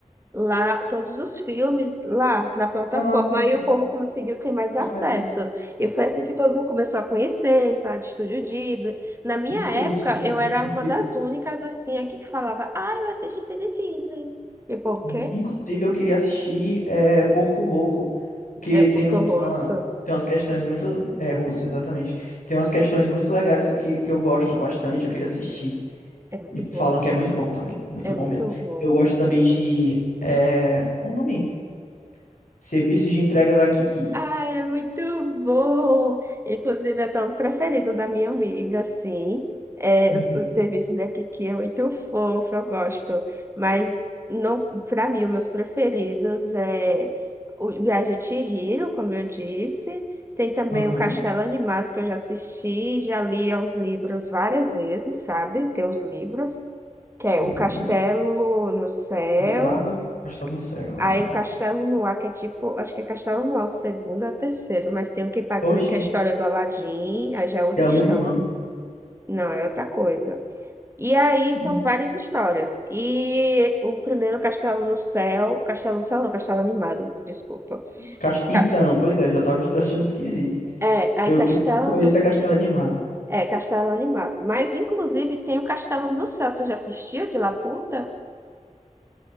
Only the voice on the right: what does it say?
lá todos os filmes lá na plataforma,
aí o povo conseguiu ter mais acesso.
E foi assim que todo mundo começou a conhecer, falar de Estúdio Ghibli. Na minha
época, eu era
uma
das únicas assim aqui que falava: "Ah, eu assisti Estúdio Ghibli". E por
quê?
É
porque
eu
roço.
É muito
bom
ele.
É
muito
bom.
Ai, é muito bom. Inclusive, é tão preferido da minha amiga, sim. É,
os, os serviços da Kiki é muito fofo, eu gosto. Mas não, para mim, os meus preferidos é o Viagem de Chihiro, como eu disse. Tem também
o Castelo Animado, que eu já assisti, já li aos livros várias vezes, sabe? Tem os livros, que é
O Castelo no Céu.
Aí
o Castelo Noir, que é tipo, acho que é Castelo Noir, o segundo ou o terceiro, mas tem um que parece
meio que a história do Aladdin, aí já é outra
história.
Não, é outra coisa. E aí
são várias histórias. E o primeiro Castelo no Céu, Castelo no Céu não, Castelo Animado, desculpa.
Ca-
É, aí
Castelo
no Céu,
é Castelo Animado. Mas inclusive tem o Castelo no Céu, você já assistiu de Laputa?